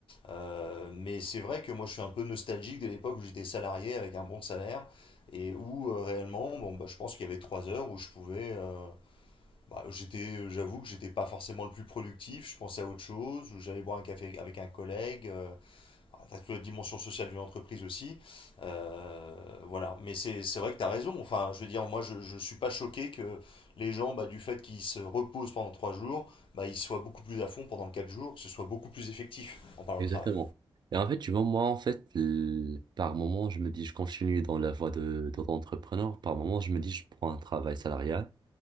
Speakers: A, on the left; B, on the right.
A: Euh, mais c'est vrai que moi je suis un peu nostalgique de l'époque où j'étais salarié avec un bon salaire et où euh, réellement, bon, bah, je pense qu'il y avait trois heures où je pouvais. euh, bah, j'étais, j'avoue que j'étais pas forcément le plus productif, je pensais à autre chose, où j'allais boire un café avec un collègue. Euh, ah, t'as toute la dimension sociale d'une entreprise aussi. Euh, voilà, mais c'est c'est vrai que t'as raison. Enfin, je veux dire, moi je, je suis pas choqué que les gens, bah, du fait qu'ils se reposent pendant trois jours, bah, ils soient beaucoup plus à fond pendant quatre jours, que ce soit beaucoup plus effectif en parlant
B: Exactement.
A: de travail.
B: Et en fait, tu vois, moi, en fait, l- par moment, je me dis, je continue dans la voie de, de l'entrepreneur. Par moment, je me dis, je prends un travail salarial